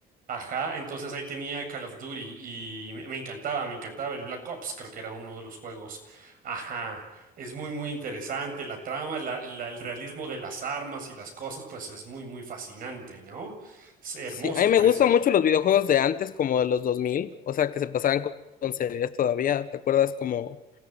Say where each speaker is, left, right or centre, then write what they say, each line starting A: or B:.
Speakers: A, on the right; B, on the left.
A: Ajá, entonces ahí tenía Call of Duty y me me encantaba, me encantaba el Black Ops, creo que era uno de los juegos. Ajá, es muy, muy interesante la trama, la- la- el realismo de las armas y las cosas, pues es muy, muy fascinante, ¿no? Es hermoso,
B: Sí, a mí
A: es
B: me
A: precio.
B: gustan mucho los videojuegos de antes, como de los 2000, o sea, que se pasaban con, con series todavía. ¿Te acuerdas como